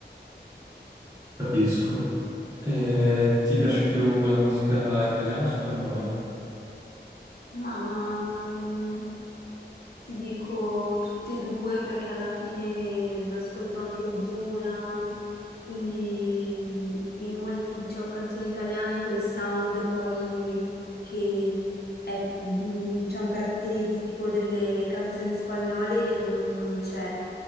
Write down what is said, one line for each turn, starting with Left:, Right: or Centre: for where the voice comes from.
Right: Capisco. E ti piace più la musica italiana o spagnola?
Left: ma... mm, Ti dico tutte e due perché alla fine mh, ascolto anche Ozuna, quindi mh, in molti, diciamo, canzoni italiane quel sound poi che è, mh, diciamo, caratteristico delle canzoni spagnole non, non c'è.